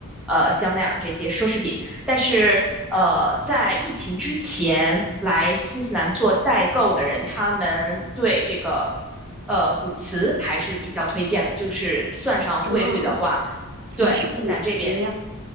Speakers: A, in the centre; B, on the right.
A: 呃，香奈儿这些奢侈品。但是，呃，在疫情之前来新西兰做代购的人，他们对这个。呃，古瓷还是比较推荐的，就是算上汇率的话，
B: 什么什么是古驰呀？
A: 对新西兰这边